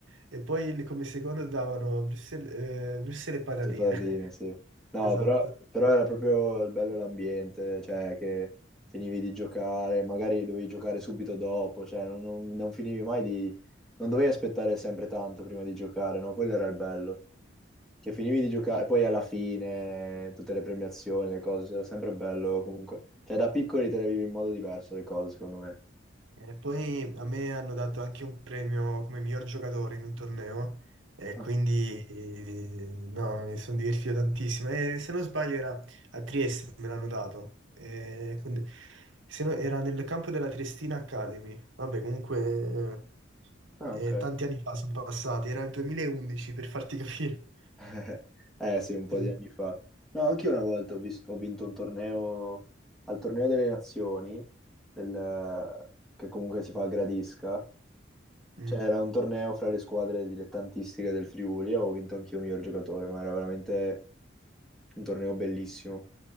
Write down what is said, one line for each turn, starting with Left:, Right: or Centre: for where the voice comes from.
Right: e poi le- come secondo davano Brussels, eh, Brussels e patatine.
Centre: Tutte patatine, sì.
Right: <laughs>
Centre: No,
Right: Esatto.
Centre: però, però era proprio il bello l'ambiente, cioè che finivi di giocare, magari dovevi giocare subito dopo, cioè non, non- non finivi mai di... non dovevi aspettare sempre tanto prima di giocare, no? Quello era il bello. Che finivi di giocare, poi alla fine tutte le premiazioni, le cose, era sempre bello comunque. Cioè da piccoli te le vivi in modo diverso le cose, secondo me.
Right: E poi a me hanno dato anche un premio come miglior giocatore in un torneo e
Centre: Ah,
Right: quindi eh, no, mi sono divertito tantissimo. E se non sbaglio era a Trieste, me l'hanno dato. E quindi- se no, era nel campo della Triestina Academy. Vabbè, comunque
Centre: ah,
Right: eh,
Centre: ok.
Right: eh, tanti anni fa sono passati, era il 2011 per farti <laughs> capire.
Centre: <laughs> Eh sì, un po'
Right: Sì.
Centre: di anni fa. No, anche io una volta ho, vis- ho vinto un torneo, al torneo delle nazioni, del- che comunque si fa a Gradisca.
Right: Mm,
Centre: C'era un torneo fra le squadre dilettantistiche del Friuli e ho vinto anch'io miglior giocatore, ma era veramente un torneo bellissimo.